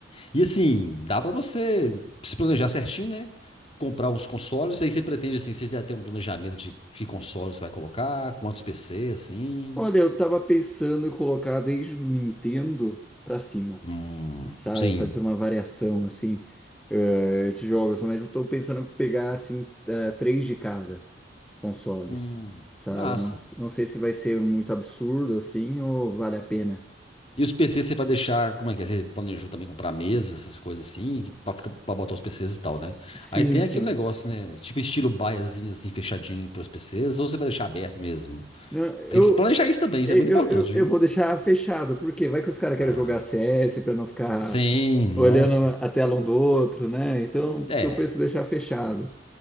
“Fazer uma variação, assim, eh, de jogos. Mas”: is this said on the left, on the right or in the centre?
Centre